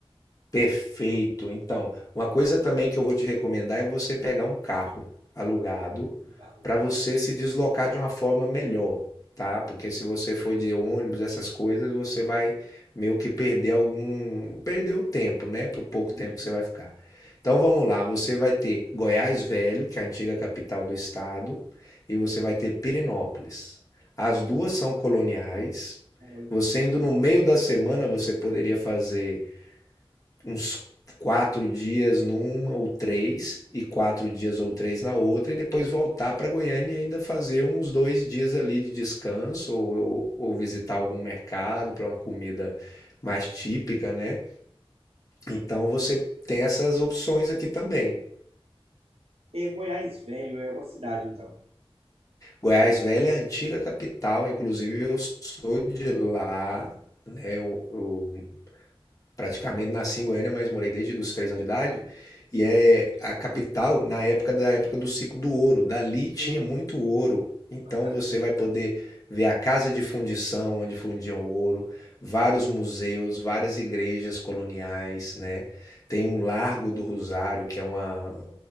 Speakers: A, on the left (about 35°); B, on the right (about 75°).
A: Perfeito. Então, uma coisa também que eu vou te recomendar é você pegar um carro alugado
B: Tá, ok,
A: para você se deslocar de uma forma melhor, tá? Porque se você for de ônibus, essas coisas, você vai meio que perder algum, perder o tempo, né? Pro pouco
B: entendi.
A: tempo que você vai ficar. Então, vamos lá, você vai ter Goiás Velho, que é a antiga capital do estado, e você vai ter Pirenópolis. As duas são coloniais.
B: Olha,
A: Você indo no meio da semana, você poderia fazer uns quatro dias numa ou três, e quatro dias ou três na outra, e depois voltar para Goiânia e ainda fazer uns dois dias ali de descanso, ou, ou visitar algum mercado para uma comida mais típica, né? Então você tem essas opções aqui também.
B: é, Goiás Velho é uma cidade, então.
A: Goiás Velha é a antiga capital, inclusive eu sou de lá, né? Eu, eu praticamente nasci em Goiânia, mas morei desde os três anos de idade. E é a capital na época da época do ciclo do ouro. Dali tinha
B: Hum.
A: muito ouro. Então
B: Bacana.
A: você vai poder ver a casa de fundição onde fundiam ouro, vários museus, várias igrejas coloniais, né? Tem um Largo do Rosário, que é uma,